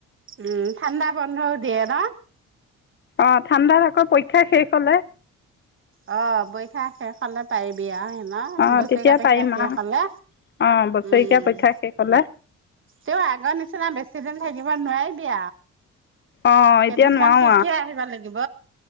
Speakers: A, on the right (about 40°); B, on the left (about 35°).
A: উম, ঠাণ্ডা বন্ধও দিয়ে ন?
B: অ' ঠাণ্ডাত আকৌ পৰীক্ষা শেষ হ'লে
A: অ' বৈশাখ শেষলে তাইৰ বিয়া হয় ন?
B: অঁ
A: বচৰে
B: তেতিয়া
A: কাপেকা
B: পাৰিম
A: শেষ
B: আৰু
A: হলে
B: অঁ বছৰেকীয়া
A: উম,
B: পৰীক্ষা শেষ হ'লে
A: তেওঁ আগৰ নিচিনা বেছি দিন থাকিব নোৱাৰিবি
B: অঁ এতিয়া
A: কেইদিনমান
B: নোৱাৰোঁ
A: থাকিয়ে আহিব লাগিব।